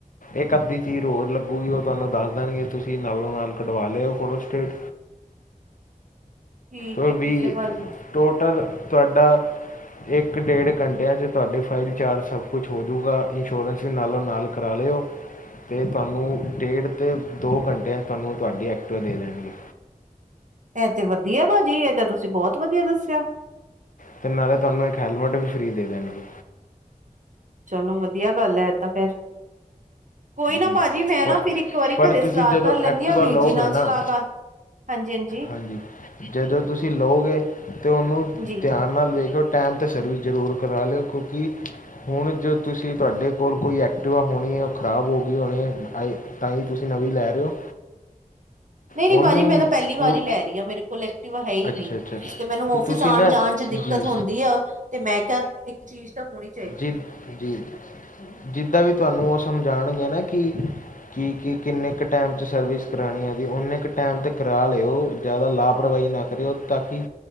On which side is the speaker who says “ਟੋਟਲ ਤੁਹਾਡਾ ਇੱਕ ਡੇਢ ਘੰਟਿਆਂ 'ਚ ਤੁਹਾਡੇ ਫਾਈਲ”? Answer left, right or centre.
Left